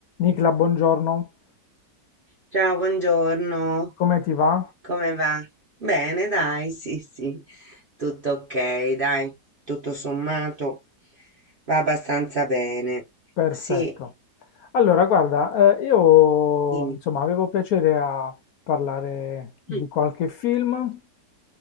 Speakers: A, on the left; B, on the right.
A: Nicla, buongiorno,
B: Ciao, buongiorno,
A: come ti va?
B: come va? Bene, dai, sì, sì, tutto ok, dai, tutto sommato va abbastanza bene.
A: Perfetto.
B: Sì,
A: Allora, guarda, eh, io
B: dimmi.
A: insomma avevo piacere a parlare di
B: Mm.
A: qualche film